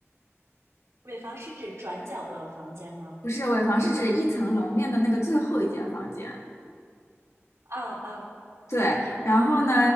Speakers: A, on the right; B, on the left.
A: 尾房是指转角的房间吗？
B: 不是尾房，是指一层楼面的那个最后一间房间。
A: 啊啊，
B: 对，然后呢，